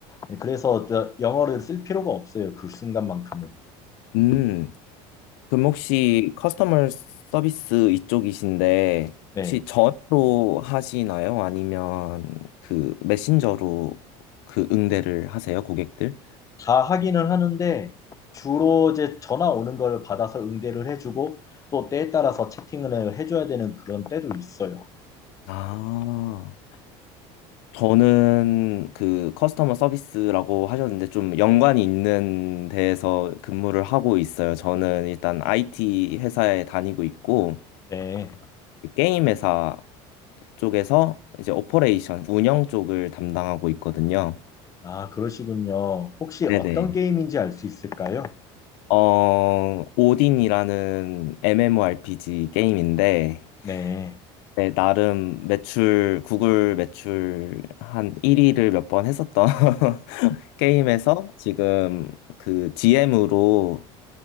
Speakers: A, on the left; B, on the left.
A: 네, 그래서 저 영어를 쓸 필요가 없어요. 그 순간만큼은.
B: 음. 그럼 혹시 커스터머 서비스 이쪽이신데
A: 네.
B: 혹시 전화로 하시나요? 아니면 그 메신저로 그 응대를 하세요, 고객들?
A: 다 하기는 하는데 주로 이제 전화 오는 걸 받아서 응대를 해주고 또 때에 따라서 채팅을 해줘야 되는 그런 때도 있어요.
B: 아, 저는 그 커스터머 서비스라고 하셨는데 좀 연관이 있는 데에서 근무를 하고 있어요. 저는 일단 IT 회사에 다니고 있고
A: 네.
B: 게임 회사 쪽에서 이제 오퍼레이션 운영 쪽을 담당하고 있거든요.
A: 아, 그러시군요. 혹시 어떤
B: 네네.
A: 게임인지 알 수 있을까요?
B: 어, 오딘이라는 MMORPG 게임인데,
A: 네.
B: 네, 나름 매출, 구글 매출 한 1위를 몇 번 했었던 <laughs> 게임에서 지금 그 GM으로,